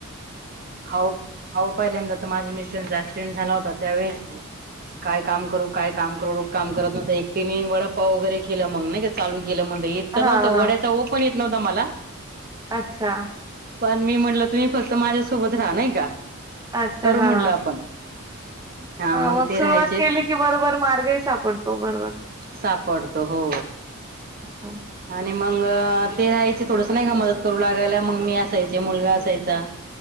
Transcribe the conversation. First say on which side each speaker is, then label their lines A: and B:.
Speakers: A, on the right; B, on the right.
A: ह आहो पहिल्यांदा तर माझ्या मिस्टरचा क्सिडेंट झाला होता त्यावेळेस काय काम करू काय काम करू रुख काम करत नस एकटीने वडप्पा वगैरे केलं मग ना चालू गेलं म्हणलंेत
B: हा
A: तर नव्हं
B: हा
A: वड्याचा पण य नव्हता मला
B: अच्छा.
A: पण मी म्हटल तुम्ही फक्त माझ्यासोबत राहणार का
B: अच्छा
A: करू
B: हा
A: म्हटलं आपण हा
B: अ मग
A: ते
B: सुरुवात
A: राहायचे
B: केली की बरोबर मार्गही सापडतो बरोबर
A: सापडतो हो
B: हं.
A: आणि मग ते राहायचे थोडस नाही का मदत करू लागायला मग मी असायचे मुलगा असायचा